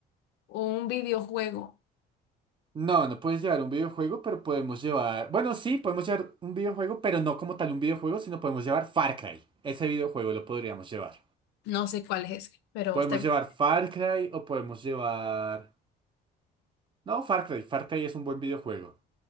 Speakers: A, on the left; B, on the right.
A: un videojuego.
B: No, no puedes llevar un videojuego, pero podemos llevar... Bueno, sí, podemos llevar un videojuego, pero no como tal un videojuego, sino podemos llevar Far Cry. Ese videojuego lo podríamos llevar.
A: No sé cuál es ese, pero
B: Podemos
A: está bien.
B: llevar Far Cry o podemos llevar... No, Far Cry. Far Cry es un buen videojuego.